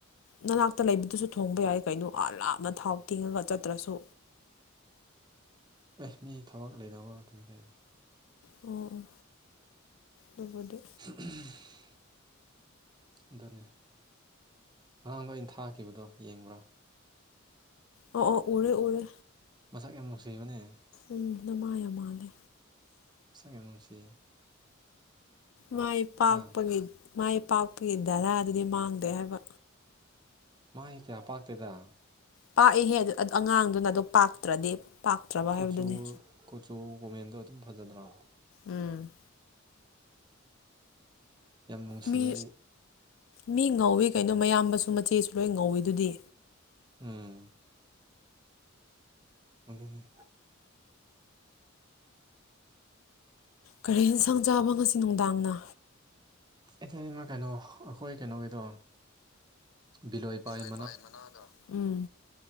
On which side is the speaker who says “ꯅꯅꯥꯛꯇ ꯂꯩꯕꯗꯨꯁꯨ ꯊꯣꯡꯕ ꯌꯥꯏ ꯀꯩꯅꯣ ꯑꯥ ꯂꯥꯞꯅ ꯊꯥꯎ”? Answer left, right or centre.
Left